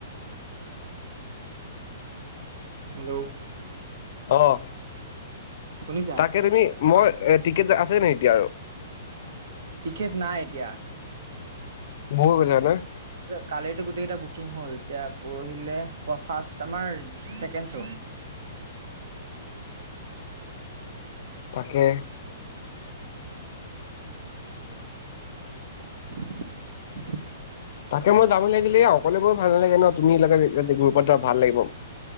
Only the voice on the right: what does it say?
হেল্ল'।
শুনিছা
টিকেট নাই এতিয়া।
কালিৰ টো গোটেই কেইটা বুকিং হ'ল। এতিয়া পৰহিলে প, ফাৰ্ষ্ট আমাৰ ছেকেণ্ড চ'।
<unintelligible>